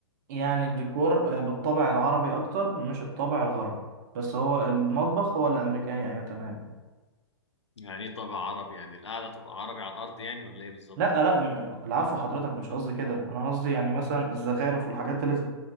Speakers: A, on the right; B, on the left.
A: يعني الديكور آه، بالطابع العربي أكتر مش الطابع الغربي بس هو المطبخ هو الأمريكاني أيوة تمام
B: يعني ايه طابع عربي يعني القعدة تبقى عربي على الأرض يعني ولا ايه بالظبط؟
A: لا لا م- م- العفو حضرتك مش قصدي كده انا قصدي يعني مثلا الزخارف والحاجات اللي ز-